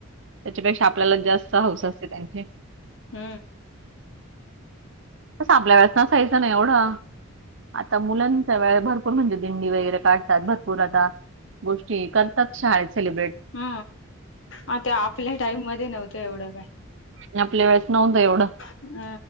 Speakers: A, on the right; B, on the left.
A: त्याच्यापेक्षा आपल्यालाच जास्त हाऊस असते त्यांची
B: हु
A: कसं आपल्यावेळेस नसायचं ना एवढं आत्ता मुलांच्या वेळे भरपूर म्हणजे दिंडी वेगळे काढतात भरपूर आता गोष्टी करतात शाळेत सेलिब्रेट
B: हु आता आपल्या टाईम मध्ये नव्हतं एवढं काय
A: आणि आपल्या वेळेत नव्हतं निवड
B: हु